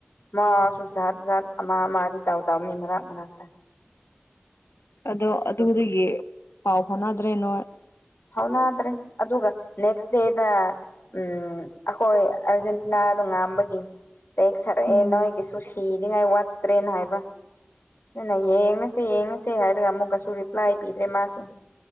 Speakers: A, on the left; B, on the left.
A: ꯃꯥꯁꯨ ꯖꯥꯠ ꯖꯥꯠ ꯑꯃ ꯑꯃꯗꯤ ꯇꯧꯗꯝꯅꯤ ꯃꯔꯛ ꯃꯔꯛꯇ
B: ꯑꯗꯣ ꯑꯗꯨꯒꯤ
A: ꯑꯗꯨ
B: ꯄꯥꯎ ꯐꯥꯎꯅꯗ꯭ꯔꯦ ꯅꯣꯏ
A: ꯍꯧꯅꯗ꯭ꯔꯦ ꯑꯗꯨꯒ ꯅꯦꯛꯁ ꯗꯦꯗ ꯎꯝ ꯑꯩꯈꯣꯏ ꯑꯥꯔꯖꯦꯟꯇꯤꯅꯗꯣ ꯉꯥꯝꯕꯒꯤ ꯇꯦꯛꯁ ꯊꯥꯔꯛꯑꯦ
B: ꯎꯝ
A: ꯅꯣꯏꯒꯤꯁꯨ ꯁꯤꯅꯤꯉꯥꯏ ꯋꯥꯠꯇ꯭ꯔꯦꯅ ꯍꯥꯏꯕ ꯑꯩꯅ ꯌꯦꯡꯉꯁꯦ ꯌꯦꯡꯉꯁꯦ ꯍꯥꯏꯔꯒ ꯑꯃꯨꯛꯀꯁꯨ ꯔꯤꯄ꯭ꯂꯥꯏ ꯄꯤꯗ꯭ꯔꯦ ꯃꯥꯁꯨ